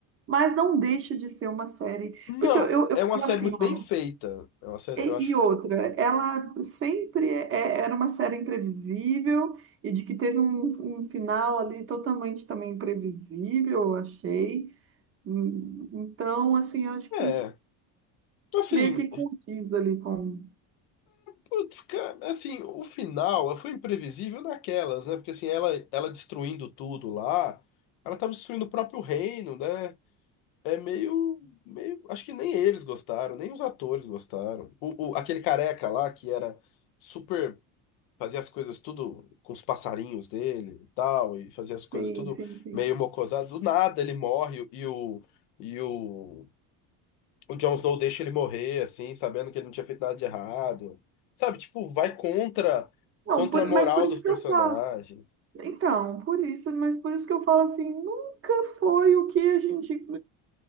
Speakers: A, on the right; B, on the left.
A: Mas não deixa de ser uma série,
B: Não,
A: porque eu, eu, eu
B: é
A: falo
B: uma série
A: assim,
B: muito bem
A: ó.
B: feita. É uma série,
A: E,
B: eu acho.
A: e outra, ela sempre é- é, era uma série imprevisível e de que teve um, um final ali totalmente também imprevisível, eu achei. Hum, Então, assim, eu acho
B: É.
A: que
B: Assim.
A: meio que condiz ali com.
B: Putz, cara, assim, o final foi imprevisível daquelas, né? Porque assim, ela, ela destruindo tudo lá, ela tava destruindo o próprio reino, né? É meio, meio, acho que nem eles gostaram, nem os atores gostaram. O, o- aquele careca lá que era super, fazia as coisas tudo com os passarinhos dele e tal, e fazia as coisas
A: Sim,
B: tudo
A: sim, sim.
B: meio mocosado, do nada ele morre e o, e o o Jon Snow deixa ele morrer, assim, sabendo que ele não tinha feito nada de errado. Sabe, tipo, vai contra,
A: Não,
B: contra
A: por-
B: a moral
A: mas por isso
B: dos personagens.
A: que eu falo. Então, por isso, mas por isso que eu falo assim, nunca foi o que a gente